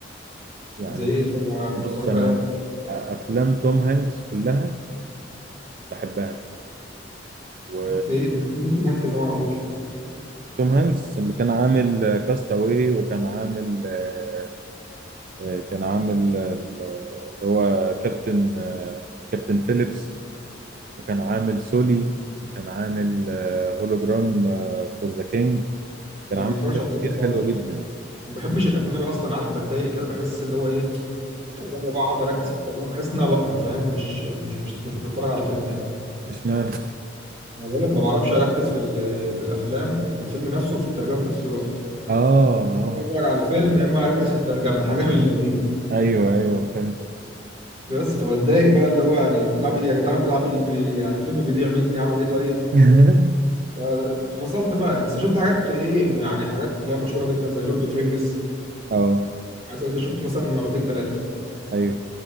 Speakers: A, on the right; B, on the right.
A: يعني
B: زي ايه اتفرج على-
A: بص
B: اتفرجت
A: انا
B: على
A: افلام توم هانكس كلها بحبها و
B: ايه إيه توم- مين توم هانكس ده ما اعرفوش
A: توم هانكس اللي كان عامل كاستاوي وكان عامل آه، آه، كان عامل آه، اللي هو كابتن آه، كابتن فيليبس وكان عامل سولي وكان عامل هولوجرام فور ذا كينج كان
B: ده
A: عامل
B: ما بتفرجش
A: حاجات
B: على الحاجات
A: كتير
B: دي خالص
A: حلوة جدا
B: ما بحبش الاجنبي اصلا عارف بتضايق كده بحس اللي هو ايه الترجمه بقعد اركز في الترجمه بحس ان انا بقرا فاهم مش مش مش, مش بتفرج على فيلم يعني
A: اشمعنى
B: انا بقول لك ما بعرفش اركز في ال- في الافلام في الفيلم نفسه وفي الترجمه في نفس الوقت
A: اه اه
B: بتفرج على الفيلم يا اما اركز في الترجمه حاجه من الاثنين
A: ايوه ايوه فهمت
B: بس فبتضايق بقى اللي هو يعني بتاع بي- يا جدعان بتاع بي بي- يعني الفيلم بيضيع مني اعمل ايه طيب
A: <laughs>
B: ف- فصلت بقى بس شفت حاجات ايه يعني حاجات اللي هي مشهوره جدا زي لورد اوف رينجز
A: اه
B: عايز أقول ده شفته مثلا مرتين ثلاثه
A: ايوه